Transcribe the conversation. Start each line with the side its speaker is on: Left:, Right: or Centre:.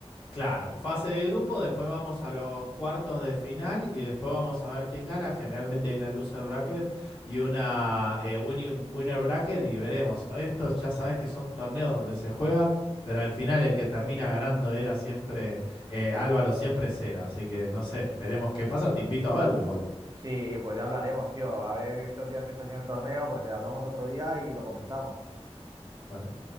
Left: Claro, fase de grupo, después vamos a los cuartos de final y después vamos a ver quién gana. Generalmente hay una loser bracket y una eh, winni- winner bracket y veremos. Estos ya sabes que son torneos donde se juega, pero al final el que termina ganando era siempre eh, Álvaro, siempre Cera. Así que no sé, veremos qué pasa. Te invito a verlo igual.
Right: Sí, pues ya hablaremos, tío. A ver, estos días que está haciendo el torneo, pues eh, hablamos otro día y lo comentamos.
Left: Dale.